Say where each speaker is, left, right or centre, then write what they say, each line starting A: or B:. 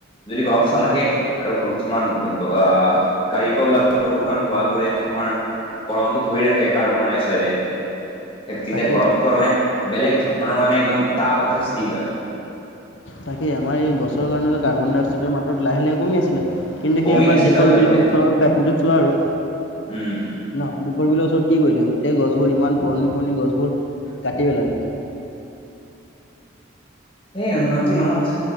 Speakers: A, on the left; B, on the left.
A: যদি গৰৱ চান আহে <unintelligible> গাড়ীৰ পৰা ওলোৱা প্ৰদূষণ ধোৱাবোৰে তোমাৰ গৰমটো ধৰি ৰাখে কাৰ্বন ডাই অক্সাইডে তেতিয়া
B: তাকেইতো
A: গৰমটো মানে বেলেগ ধৰণৰ মানে একদম তাপ এটা সৃষ্টি হয়।
B: তাকেই আমাৰ এই গছৰ কাৰণে কাৰ্বন ডাই অক্সাইডৰ মাত্ৰ লাহে লাহে কমি আছিলে কিন্তু
A: কমি
B: সেই আমাৰ
A: আছিল
B: দ্বীপৰ
A: আকৌ
B: বিলৰ
A: এতিয়া
B: ওচৰৰ কাহিনীটো চোৱা আৰু
A: উম
B: ন। ওৰবৰ ওচৰত কি কৰিলে গোটেই গছবোৰ ইমান পুৰণি পুৰণি গছবোৰ কাটি পেলালে।
A: এ উন্নতি নামত